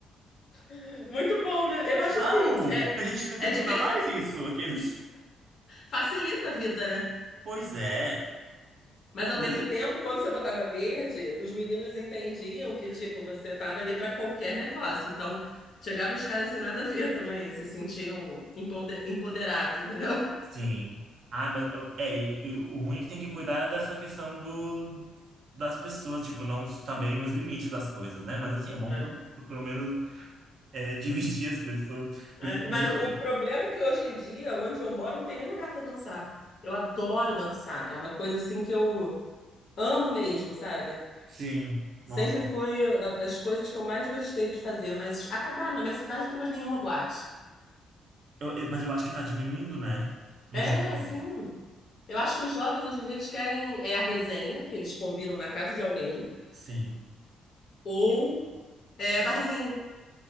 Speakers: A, on the left (about 50°); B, on the right (about 55°).
A: <laughs> Muito bom, né? Eu acho
B: Não!
A: assim, é,
B: A gente ainda tem
A: é
B: que
A: diver...
B: usar mais isso, aqueles.
A: facilita a vida, né?
B: Pois é.
A: Mas ao
B: Mas
A: mesmo
B: assim,
A: tempo, quando você botava verde, os meninos entendiam que, tipo, você tava ali para qualquer negócio. Então, chegavam os caras sem nada a ver também, se sentiam empoder- empoderados, entendeu?
B: sim. Ah, mas eu- é, e e o ruim é que tem que cuidar dessa questão do, das pessoas, tipo, não saberem os limites das coisas, né? Mas assim, é bom
A: É.
B: pro, pro- pelo menos é, <laughs> dividir as pessoas.
A: É,
B: Porque, mas
A: Mas
B: assim,
A: o o problema é que hoje em dia, onde eu moro, não tem nem lugar para dançar. Eu adoro dançar. É uma coisa assim que eu amo mesmo, sabe?
B: sim, nossa.
A: Sempre foi ah, das coisas que eu mais gostei de fazer, mas acabaram. Na minha cidade não tem mais nenhuma boate.
B: Eu- eu- mas eu acho que tá diminuindo, né? No
A: É,
B: geral.
A: sim. Eu acho que os jovens hoje em dia eles querem é a resenha que eles combinam na casa de alguém
B: Sim.
A: ou é barzinho.